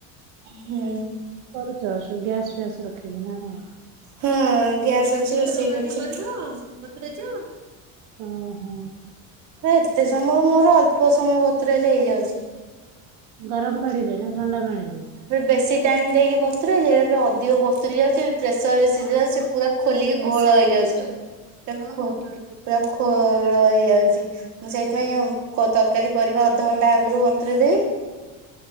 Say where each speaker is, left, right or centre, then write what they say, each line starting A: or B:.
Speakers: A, on the right; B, on the right.
A: ହୁଁ
B: କରିଛ ଗ୍ୟାସ ଫ୍ୟାସ ରଖିବି କିି ନା କଣ?
A: ହଁ ଗ୍ୟାସ ଅଛି ରୋଷେଇ ଅଛି ରୋଷେଇ କରୁଛି।
B: ଓହୋ
A: ଏତେ ସମୟ ମୋର ଅ ଅଳ୍ପ ସମୟ ବତୁରେଇଲେ ହେଲେ ଯାଉଛି
B: ଗରମ ପାଣିରେ ନା ଥଣ୍ଡା ପାଣିରେ?
A: ବେଶୀ ଟାଇମ ଦେଇକି ବତୁର ସେଇଟାପରେ ଅଧିକ ବତୁରି ଯାଉଛି। ପ୍ରେସରେ ସିଝିଲା ବେଳକୁ ସେ ପୁରା ଖୋଲିକି ଘୋଳ ହେଇଯାଉଛି। ପୁରା ଖୋଳ ହେଇଯାଉଛି ମୁଁ ସେଇଥିପାଇଁ ତରକାରୀ କରିବା ଦଣ୍ଡା ଆଗରୁ ବତୁରେଇ ଦେବି।